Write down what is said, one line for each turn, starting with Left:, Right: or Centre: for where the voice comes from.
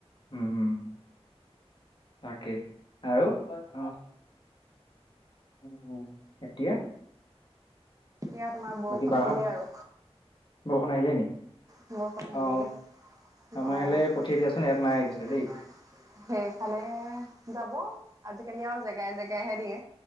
Left: উ, উ, তাকে, আৰু? অ'। উ, উ, এতিয়া?
Right: এয়া তোমাৰ বৰষুণ
Left: বাকী বাহঁত
Right: আহিলেই আৰু।
Left: বৰষুণ আহিলেই নি?
Right: বৰষুণ আহিলেই
Left: অ
Right: দেহ।
Left: আমাৰ
Right: অ'।
Left: ইয়ালৈ পঠিয়াই দিয়াচোন
Right: ইয়াত
Left: নাই পিছে দেই
Right: নাই। সেইফালে যাব। আজিকালি আৰু জেগাই জেগাইহে দিয়ে।